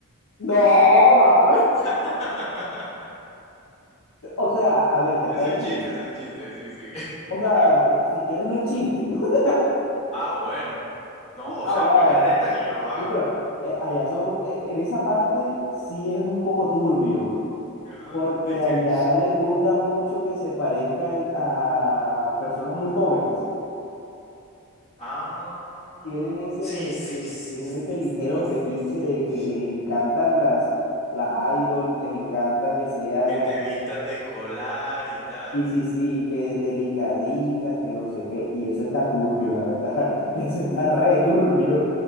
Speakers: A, on the left; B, on the left.
A: No, Mar.
B: <laughs>
A: O sea, a ver, depende.
B: Es un chiste, es un chiste, sí, sí.
A: O sea, si quieres no es chiste. <laughs>
B: Ah, bueno. No, o
A: Ah,
B: sea,
A: bueno.
B: a mí me retan y yo lo hago.
A: No, pero eh, allá son, eh, en esa parte sí es un poco turbio,
B: Ajá.
A: porque
B: ¿De qué?
A: allá les gusta mucho que se parezcan a personas muy jóvenes.
B: Ah,
A: Tienen ese,
B: sí, sí,
A: ti-
B: sí,
A: tienen
B: sí,
A: ese ligero
B: sí,
A: fetiche
B: sí, sí.
A: de que les encantan las, las idols, les encanta que sean
B: Que te
A: así.
B: vistas de escolar y tal.
A: Sí, sí, sí, que delicaditas, que no sé qué, y eso está turbio, la verdad, <laughs> eso está re turbio,